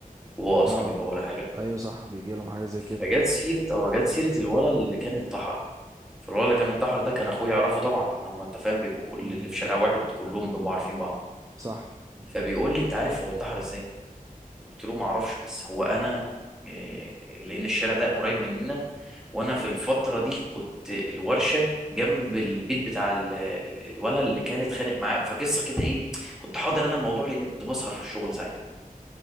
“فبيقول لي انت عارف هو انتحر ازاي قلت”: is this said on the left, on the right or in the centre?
Centre